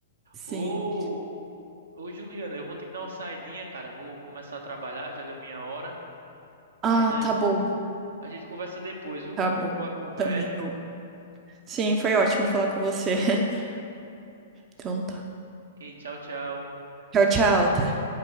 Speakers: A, on the right; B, on the right.
A: Sim.
B: Ô, ô, Juliana, eu vou ter que dar uma saidinha, cara. Vou começar a trabalhar, já deu minha hora. Mas
A: Ah,
B: a,
A: tá bom.
B: a gente conversa depois, viu?
A: Tá bom.
B: Muito boa a conversa.
A: Também vou. Sim, foi ótimo falar com você. <laughs> Então tá.
B: E tchau, tchau.
A: Tchau, tchau. até